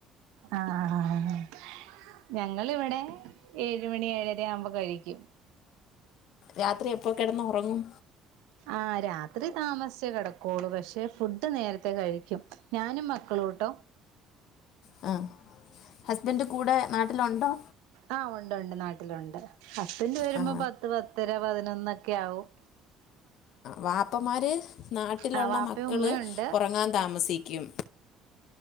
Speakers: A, on the right; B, on the left.
A: ആഹ് ഹാ ഞങ്ങളിവിടെ ഏഴ് ഴ് മണി ഏഴര ആവുമ്പോൾ കഴിക്കും
B: രാത്രി എപ്പൊ കിടന്ന് ഉറങ്ങും
A: ആ രാത്രി താമസിച്ചേ കിടകുവൊള്ളൂ പക്ഷെ ഫു ഡ് നേരത്തെ കഴിക്കും ഞാനും മക്ക മക്കളുട്ടോ
B: മ് ഹസ്ബൻഡ് കൂടെ നാട്ടിലുണ്ടോ
A: ആഹ് ഉണ്ട് ഉണ്ട് നാട്ടിലുണ്ട് ഹസ്ബൻഡ് വരുമ്പോ
B: ആ
A: പത്ത് പത്തര പതിനൊന്നൊക്കെ ക്കെയാവും
B: വാപ്പമാര് നാട്ടിലുള്ള
A: ആഹ് വാപ്പയും
B: മക്കള്
A: ഉമ്മയുണ്ട്
B: ഉറങ്ങാൻ താമസിക്കും